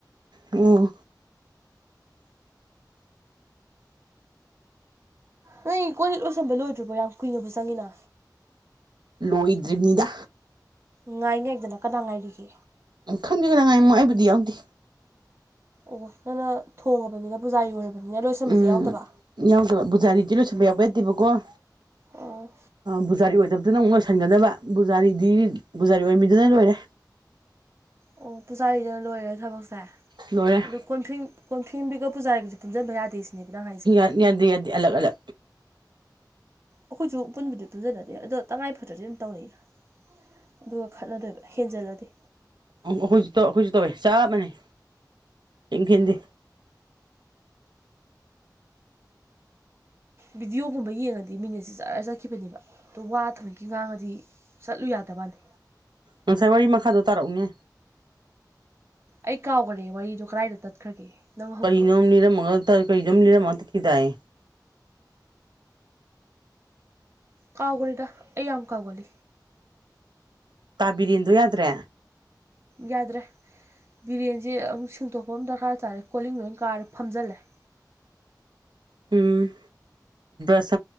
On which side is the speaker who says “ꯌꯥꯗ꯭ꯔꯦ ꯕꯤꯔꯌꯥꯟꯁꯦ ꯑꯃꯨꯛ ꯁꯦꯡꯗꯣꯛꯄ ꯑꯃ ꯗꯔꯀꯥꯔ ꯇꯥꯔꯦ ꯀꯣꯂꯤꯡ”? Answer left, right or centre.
Right